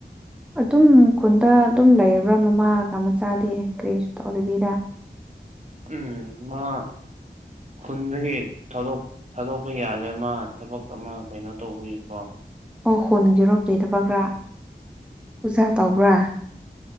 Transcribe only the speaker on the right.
ꯎꯝ ꯃꯥ ꯈꯨꯟꯗꯒꯤ ꯊꯥꯗꯣꯛ ꯊꯥꯗꯣꯛꯄ ꯌꯥꯗꯦ ꯃꯥ ꯊꯕꯛ ꯑꯃ ꯀꯩꯅꯣ ꯇꯧꯕꯒꯤꯀꯣ꯫